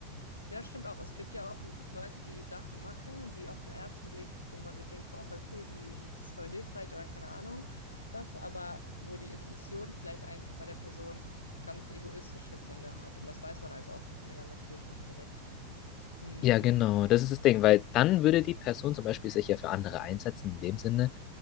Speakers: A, on the left; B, on the left.
A: Ja, stimmt auch. Es gibt ja auch Leute, die Sachen machen, die auf den ersten Blick, wo man sich denkt, boah, voll cool, die ist voll hilfreich oder keine Ahnung was, aber wo die Intention vielleicht eigentlich bei der Person ganz egoistische Gründe hat. Und das weiß man als Außenstehender natürlich nicht direkt. Hm.
B: Ja, genau, das ist das Ding, weil dann würde die Person zum Beispiel sich ja für andere einsetzen in dem Sinne,